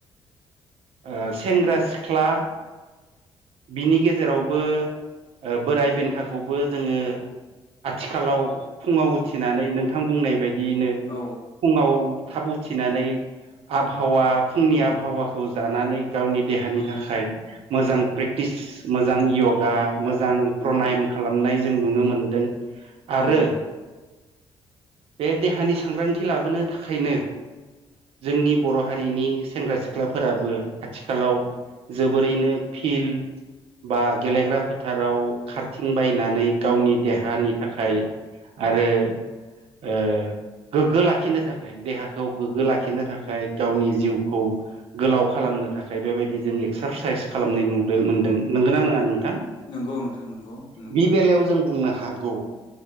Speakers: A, on the right; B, on the left.
A: ओ सेंग्रा सिख्ला बिनि गेजेरावबो बोराय बेन्थाखौबो जोङो आथिखालाव फुङाव उथिनानै नोंथां बुंनाय बायदियैनो
B: औ
A: फुंङाव थाब उथिनानै आबहावा फुंनि आबहावाखौ जानानै गावनि देहानि
B: औ
A: थाखाय मोजां प्रेक्टिस मोजां योगा मोजां
B: औ
A: प्रनाम खालामनाय जों नुनो मोनदों। आरो
B: औ
A: बे देहानि सांग्रांथि लाबोनो थाखायनो जोंनि बर' हारिनि सेंग्रा सिख्लाफोराबो आथिखालाव जोबोरैनो फिल बा गेलेग्रा फोथाराव खारथिं बायनानै गावनि देहानि थाखाय आरो ओ गोग्गो लाखिनो थाखाय देहाखौ गोग्गो लाखिनो थाखाय गावनि जिउखौ गोलाव खालामनो थाखाय बेबायदि जों एक्सारसाइस खालामनाय नुदो मोनदों नोंगोना नोंङा थां
B: नंगौ नोंथां नंगौ नुदों
A: बे बेलायाव जों बुंनो हाग गौ